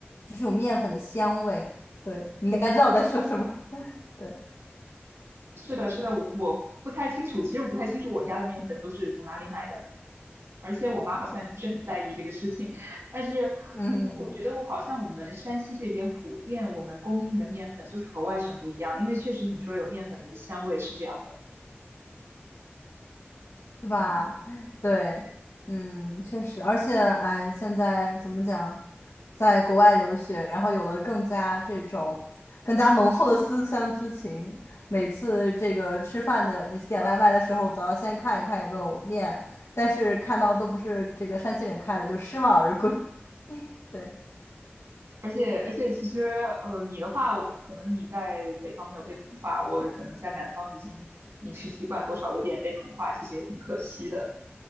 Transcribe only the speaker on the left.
就是有面粉的香味。对，你应该知道我在说什么。对，
嗯。
是吧？
对，嗯，确实，而且，哎，现在怎么讲，在国外留学，然后有了更加这种更加浓厚的思乡之情。每次这个吃饭的，每次点外卖的时候，都要先看一看有没有面，但是看到都不是这个山西人开的，就失望而归。<laughs> 对，